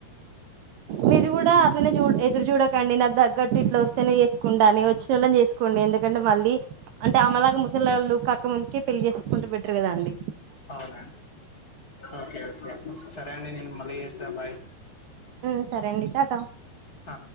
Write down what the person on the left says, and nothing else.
అవునా ఓకే ఓకే అండి. సరే అండి. నేను మళ్ళీ చేస్తా బాయ్
ఆ